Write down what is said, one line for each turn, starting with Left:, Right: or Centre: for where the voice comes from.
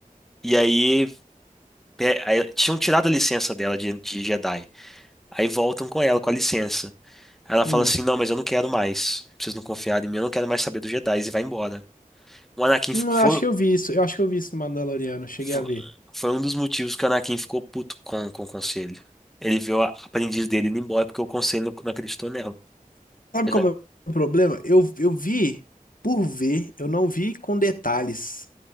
Centre: E aí, pe- aí tinham tirado a licença dela de, de Jedi. Aí voltam com ela, com a licença. Aí Ela
Left: Hum.
Centre: fala assim: Não, mas eu não quero mais. Vocês não confiaram em mim, eu não quero mais saber dos Jedi. E vai embora. O Anakin
Left: Hum,
Centre: foi,
Left: eu acho que eu vi isso. Eu acho que eu vi isso no Mandaloriano. Eu Cheguei
Centre: foi,
Left: a ver.
Centre: foi um dos motivos que o Anakin ficou puto com, com o conselho. Ele viu a aprendiz dele indo embora porque o conselho não, não acreditou nela.
Left: Sabe
Centre: Eles
Left: qual
Centre: não-
Left: é o meu problema? Eu, eu vi por ver, eu não vi com detalhes.